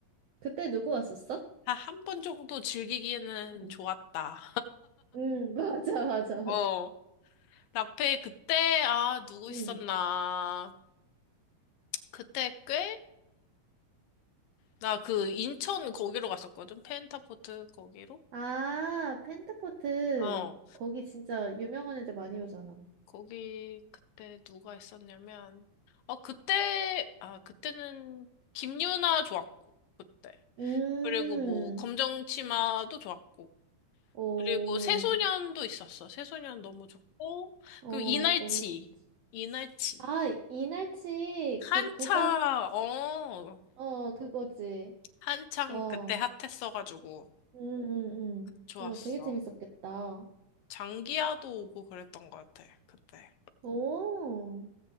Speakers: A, on the right; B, on the left.
A: 그때 누구 왔었어?
B: 한 한 번 정도 즐기기에는
A: 응,
B: 좋았다.
A: 음, <laughs> 맞아 맞아
B: 어,
A: 맞아.
B: 라페 그때 아 누구
A: 응.
B: 있었나? 그때 꽤 나 그 인천 거기로 갔었거든. 펜타포트 거기로.
A: 아, 펜타포트
B: 어,
A: 거기 진짜 유명한 애들 많이 오잖아.
B: 거기 그때 누가 있었냐면 어 그때 아 그때는 김유나 좋았고 그때
A: 음,
B: 그리고 뭐 검정치마도 좋았고
A: 오,
B: 그리고 새소년도 있었어. 새소년 너무 좋고
A: 어
B: 그리고 이날치
A: 너무 좋지.
B: 이날치
A: 아, 이날치
B: 한차,
A: 그 국악
B: 어,
A: 어 그거지.
B: 한창
A: 와.
B: 그때 핫했어가지고
A: 응응 응
B: 좋았어.
A: 어, 되게 재밌었겠다.
B: 장기야도 오고 그랬던 것 같아. 그때
A: 오,